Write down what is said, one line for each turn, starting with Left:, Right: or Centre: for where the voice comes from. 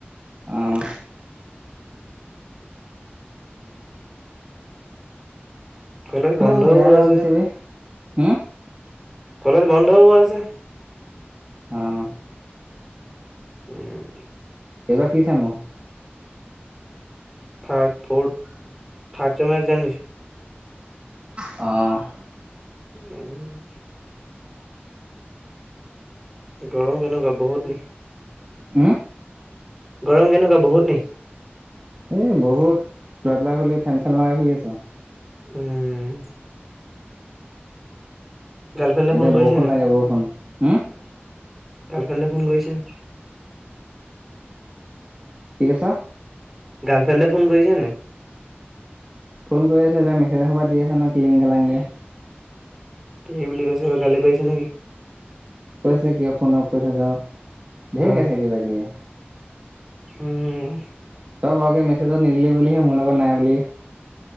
Right: অহ।
Centre: কলেজ বন্ধও
Right: অ', বেয়া
Centre: হৈ
Right: গৰম
Centre: আছে
Right: দিছে বে- হু
Centre: কলেজ বন্ধ হৈ আছে।
Right: অহ।
Centre: উম।
Right: এইবাৰ কি চেম নো?
Centre: থাৰ্ড, ফৰ্থ, থাৰ্ড চেমৰ একজাম দিছো।
Right: অহ।
Centre: উম। গৰম কেনেকুৱা, বহুত নি?
Right: হুম।
Centre: গৰম কেনেকুৱা, বহুত নি?
Right: এ বহুত চোলা-তোলা খুলি ফেন-চেন লগাই শুই আছো।
Centre: উম'। গাৰ্লফ্ৰেণ্ডে
Right: এতিয়া
Centre: ফোন কৰিছে
Right: বৰষুণ
Centre: নাই
Right: লাগে, বৰষুণ উম
Centre: গাৰ্লফ্ৰেণ্ডে ফোন কৰিছে নাই
Right: কি কৈছ?
Centre: গাৰ্লফ্ৰেণ্ডে ফোন কৰিছে নাই?
Right: ফোন কৰি আছিলে, মেছেজ এ সোপা দি আছে নহয়, কিলিং-কালাংকে
Centre: কি বুলি কৈছে, গালি পাৰিছে নেকি?
Right: কৈছে, কিয় ফোন অফ কৰি থৈছ ধেই
Centre: অ
Right: গাইছে কিবা-কিবি।
Centre: উম।
Right: তই বাৰুকে মেছেজত নিদিলি বুলিহে মোৰ লগত নাই বুলি